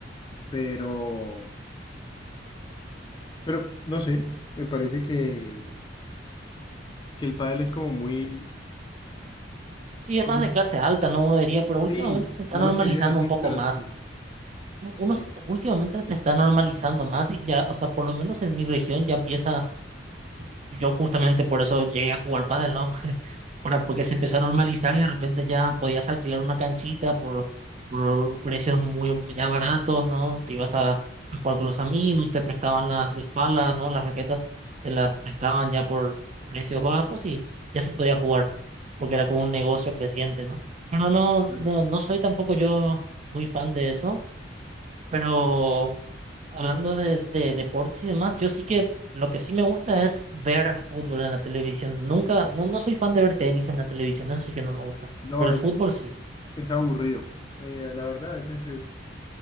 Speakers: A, on the left; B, on the right.
A: pero, pero no sé, me parece que, que el pádel es como muy,
B: Sí, es
A: de
B: más
A: pronto
B: de clase
A: es-
B: alta, ¿no? Uno diría, pero últimamente
A: sí,
B: se está
A: no
B: normalizando
A: lo quería decir,
B: un poco
A: pero
B: más.
A: sí,
B: U- Uno
A: sí,
B: se- últimamente se está normalizando más y ya, o sea, por lo menos en mi región ya empieza, yo justamente por eso llegué a jugar pádel, ¿no? Ahora, porque se empezó a normalizar y de repente ya podías alquilar una canchita por, por precios muy ya baratos, ¿no? Te ibas a, a jugar con los amigos, te prestaban las, las palas, ¿no? Las raquetas te las prestaban ya por precios bajos y ya se podía jugar, porque era como un negocio creciente, ¿no? Pero no,
A: claro.
B: no, no soy tampoco yo muy fan de eso, pero hablando de, de deportes y demás, yo sí que lo que sí me gusta es ver fútbol en la televisión. Nunca, no, no soy fan de ver tenis en la televisión, eso sí que no me gusta.
A: No,
B: Pero el
A: es,
B: fútbol sí,
A: es aburrido. Eh, la verdad, a veces es,